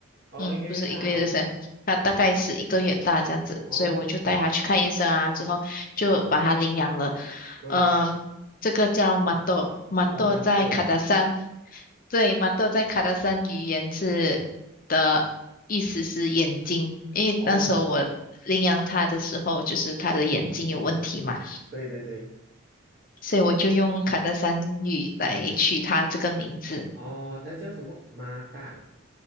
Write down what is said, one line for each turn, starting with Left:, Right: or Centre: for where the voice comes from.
Right: 哦，
Left: 嗯，
Right: 一个月大，
Left: 不是一个月，
Right: 哦
Left: 就是他大概是一个月大这样子，
Right: 哦，
Left: 所以我就带他去看医生啊，之后就把他领养了。
Right: 嗯，
Left: 嗯，这个叫马豆，马豆在卡达山，
Right: 哦，妈豆，
Left: 对，马豆在卡达山语言是的意思是眼睛，因为那时候我领养他的时候，
Right: 哦，
Left: 就是他的眼睛有问题嘛，
Right: 对对对，
Left: 所以我就用卡达山语来取他这个名字，
Right: 哦，它叫什么？妈大。